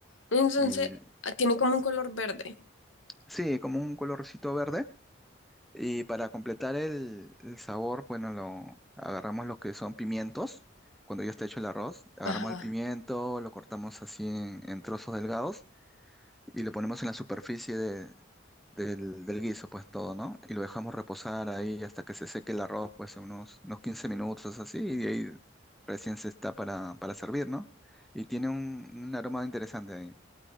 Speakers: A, on the left (about 75°); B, in the centre.
A: Entonces,
B: Y
A: ah, tiene como un color verde.
B: sí, como un colorcito verde. Y para completar el, el sabor, bueno, lo, agarramos lo que son pimientos. Cuando ya está hecho el arroz, agarramos
A: Ajá.
B: el pimiento, lo cortamos así en, en trozos delgados y lo ponemos en la superficie de- del, del guiso, pues todo, ¿no? Y lo dejamos reposar ahí hasta que se seque el arroz, pues unos, unos 15 minutos así, y de ahí recién se está para, para servir, ¿no? Y tiene un, un aroma interesante ahí.